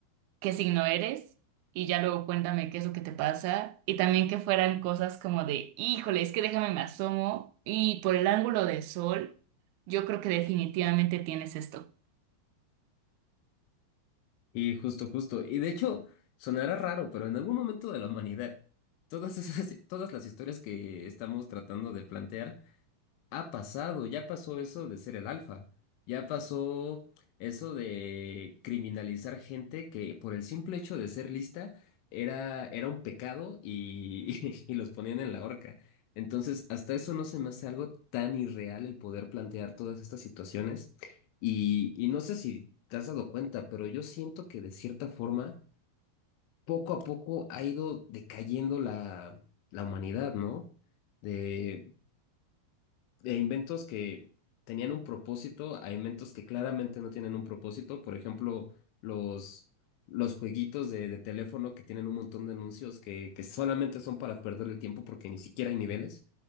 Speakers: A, on the right; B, on the left.
A: qué signo eres y ya luego cuéntame qué es lo que te pasa y también que fueran cosas como de, híjole, es que déjame me asomo y por el ángulo del sol, yo creo que definitivamente tienes esto.
B: Y justo, justo. Y de hecho, sonará raro, pero en algún momento de la humanidad, todas esas, todas las historias que estamos tratando de plantear ha pasado, ya pasó eso de ser el alfa, ya pasó eso de criminalizar gente que por el simple hecho de ser lista era, era un pecado y, <laughs> y los ponían en la horca. Entonces, hasta eso no se me hace algo tan irreal el poder plantear todas estas situaciones. Y, y no sé si te has dado cuenta, pero yo siento que de cierta forma, poco a poco ha ido decayendo la, la humanidad, ¿no? De de inventos que tenían un propósito a inventos que claramente no tienen un propósito. Por ejemplo, los, los jueguitos de, de teléfono que tienen un montón de anuncios que, que solamente son para perder el tiempo porque ni siquiera hay niveles.